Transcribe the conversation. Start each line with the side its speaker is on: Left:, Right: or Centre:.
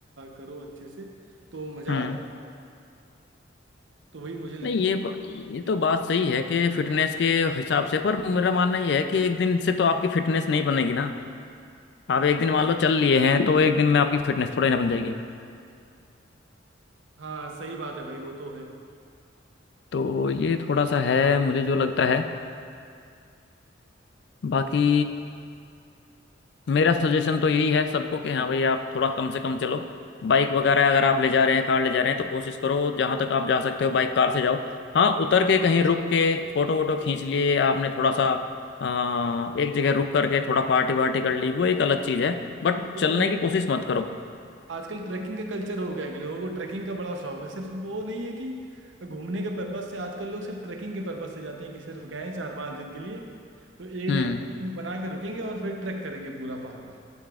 Right: करो अच्छे से तो मजा
Left: हम्म
Right: आए तो वही मुझे लगता
Left: नहीं ये
Right: है
Left: ब-
Right: कि
Left: ये तो बात सही है कि फिटनेस के हिसाब से पर मेरा मानना ये है कि एक दिन से तो आपकी फिटनेस नहीं बनेगी ना आप एक दिन मान लो चल लिए हैं तो एक दिन में आपकी फिटनेस थोड़ी ना बन जाएगी
Right: हाँ सही बात है भाई वो तो है
Left: तो ये थोड़ा सा है मुझे जो लगता है बाकी मेरा सजेशन तो यही है सबको कि हाँ भाई आप थोड़ा कम से कम चलो बाइक वगैरह अगर आप ले जा रहे हैं कार ले जा रहे हैं तो कोशिश करो जहां तक आप जा सकते हो बाइक कार से जाओ हाँ उतर के कहीं रुक के फोटो वोटो खींच लिए आपने थोड़ा सा आ, एक जगह रुक करके थोड़ा पार्टी वार्टी कर ली वो एक अलग चीज है बट
Right: नहीं वो
Left: चलने
Right: तो है
Left: की कोशिश मत करो
Right: आजकल ट्रैकिंग का कल्चर हो गया है कि लोगों को ट्रैकिंग का बड़ा शौक है सिर्फ वो नहीं है कि घूमने के पर्पज से आजकल लोग सिर्फ ट्रैकिंग के पर्पज से जाते हैं कि सिर्फ गए चार पांच दिन के लिए तो एक
Left: हम्म
Right: जगह camp बना के रुकेंगे और फिर ट्रैक करेंगे पूरा पहाड़